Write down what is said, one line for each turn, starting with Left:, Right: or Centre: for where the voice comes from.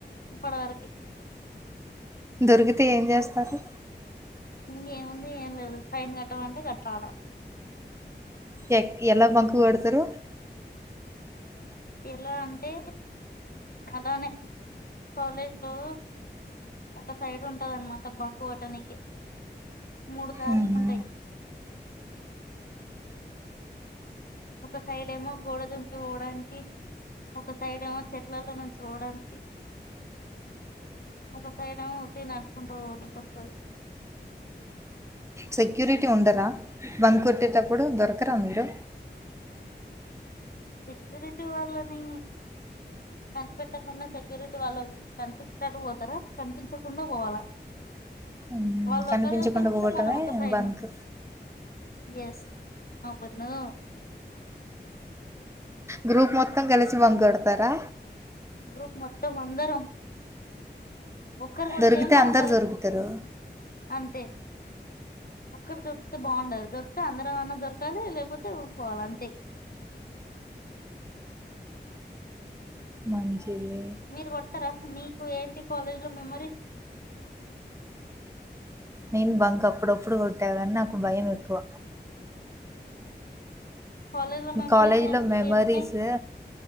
Left: ఇ పడరకి
Right: దొరికితే ఏం చేస్తారు
Left: ఇంకేముంది ఏం లేదు సైన్ కట్టమంటే కట్ట్రావడం
Right: ఎక్ ఎలా బంకు వాడతారు
Left: ఎలా అంటే అలానే కాలేజ్ లో ఒక సైడ్ ఉంటందన్నమాట బకువటానికి మూడు దారులు
Right: ఊహూ
Left: ఉంటాయి ఒక సైడ్ ఏమో గోడదుంకి పోడానికి ఒక సైడ్ ఏమో చెట్లల్లో నుంచి పోడానికి ఒక సైడ్ ఏమో త నడుచుకుంటా నీక వస్తుంది
Right: సెక్యూరిటీ ఉండరా బంద్ కొట్టేటప్పుడు దొరకరా మీరు
Left: సెక్యూరిటీ వాళ్ళని కనిపెట్టకుండా సెక్యూరిటీ వాళ్ళ కనిపించినట్టు పోతారా కనిపించకుండా పోవాలా
Right: మ్మ్.
Left: వాళ్ళు
Right: కనిపించకుండా
Left: ఒకరి ఒకరు ఉంటే
Right: పోవటమే
Left: మనం ఒక సైడ్
Right: బంక్
Left: నుంచి ఎస్ మబరిను
Right: గ్రూప్ మొత్తం కలిసి పండతారా
Left: గ్రూప్ మొత్తం అందరం ఒక్కరు కొడితే
Right: దొరికితే
Left: ఏం బాగుంటది
Right: అందరు దొరుకుతారు
Left: అంతే ఒక్కరు దొరికితే బాగుండదు దొరికితే అందరం అన్నా దొరకాలి లేకపోతే ఊకోవాలి అంతే.
Right: మంచిది
Left: మీరు కొడతారా నీకు ఏంటి కాలేజీ లో మెమరీస్.
Right: నేను బంక్ అప్పుడప్పుడు కొట్టాగాని నాకు భయం ఎక్కువ
Left: కాలేజ్ లో మెమోరీస్
Right: కాలేజీలో
Left: ఏంటి
Right: మెమరీస్
Left: ఏమున్నాయ్